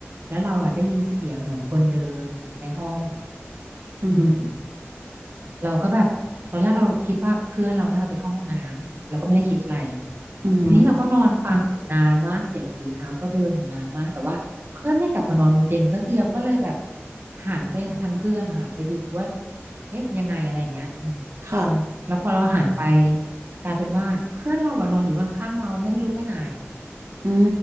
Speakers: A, on the right; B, on the right.
A: แล้วเราอะได้ยินเสียงเหมือนคนเดินในห้อง
B: อืม
A: อืมเราก็แบบตอนแรกเราคิดว่าเพื่อนเราน่าจะไปเข้าห้องน้ำเราก็ไม่ได้คิดอะไร
B: อืม
A: ทีนี้เราก็นอนฟังอยู่นานมากเสียงฝีเท้าก็เดินอยู่นานมากแต่ว่าเพื่อนไม่กลับมานอนบนเตียงสักทีเราก็เลยแบบหันไปทางเพื่อนนะคะไปดูว่าเอ๊ะยังไงอะไรอย่างเงี้ยอืม
B: ค่ะ
A: แล้วพอเราหันไปกลายเป็นว่าเพื่อนเราอะนอนอยู่ข้างๆเราไม่ได้ลุกไปไหน
B: อื